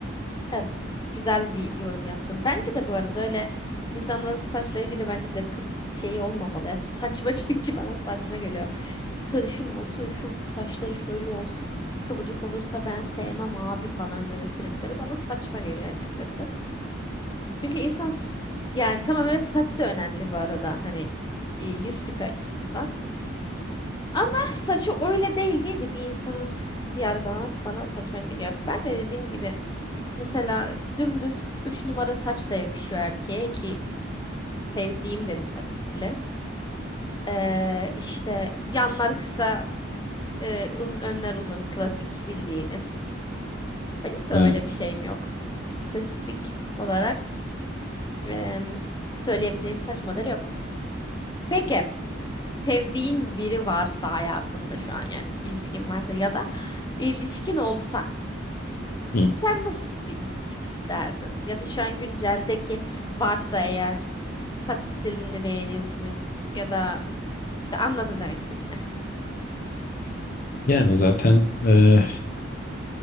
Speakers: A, on the left; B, on the left.
A: Ya, güzel bir yorum yaptım. Bence de bu arada öyle insanların saçla ilgili bence de krit şey olmamalı. Ya, saçma <laughs> çünkü bana saçma geliyor. İşte sarışın olsun, şu saçları şöyle olsun. Kıvırcık olursa ben sevmem abi falan böyle tripleri bana saçma geliyor açıkçası. Çünkü insan s- yani tamam evet saç da önemli bu arada. Hani e, yüz tipi açısından. Ama saçı öyle değil diye de bir insanın yargılamak bana saçma geliyor. Ben de dediğim gibi mesela dümdüz 3 numara saç da yakışıyor erkeğe ki sevdiğim de bir saç stili. Ee, işte yanlar kısa, e, un- önler uzun klasik bildiğimiz. Benim de
B: Ee,
A: öyle bir şeyim yok. Spesifik olarak em, söyleyebileceğim saç modeli yok. Peki sevdiğin biri varsa hayatında şu an yani bir ilişkin varsa ya da ilişkin olsa Sen
B: hı.
A: nasıl bir, bir tip isterdin? Ya da şu an günceldeki varsa eğer saç stilini beğeniyor musun? Ya da işte anladın demek istediğimi.
B: Yani zaten e,